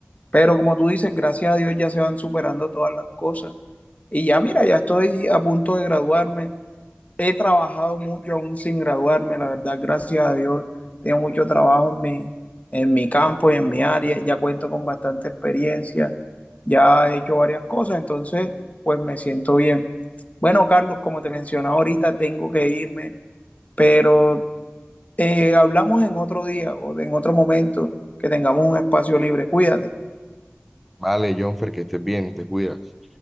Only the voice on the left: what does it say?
pero como tú dices, gracias a Dios ya se van superando todas las cosas. Y ya mira, ya estoy a punto de graduarme. He trabajado mucho aún sin graduarme, la verdad, gracias a Dios. Tengo mucho trabajo en mi, en mi campo y en mi área. Ya cuento con bastante experiencia. Ya he hecho varias cosas, entonces pues me siento bien. Bueno, Carlos, como te mencionaba ahorita, tengo que irme, pero eh, hablamos en otro día o en otro momento que tengamos un espacio libre. Cuídate.